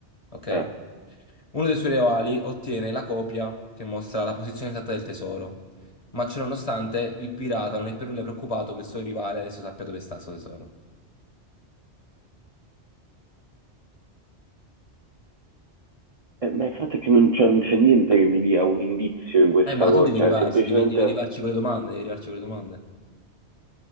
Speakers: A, on the left (about 30°); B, on the right (about 35°).
A: Ok?
B: Eh.
A: Uno dei suoi rivali ottiene la copia che mostra la posizione esatta del tesoro. Ma ciononostante, il pirata non è per nulla preoccupato che il suo rivale adesso sappia dove sta il suo tesoro.
B: Eh, ma il fatto è che non c'è non c'è niente che mi dia un indizio in questa
A: Eh, ma
B: cosa,
A: tu devi
B: cioè
A: arrivarci,
B: semplicemente
A: devi, devi arrivarci con le domande, devi arrivarci con le domande.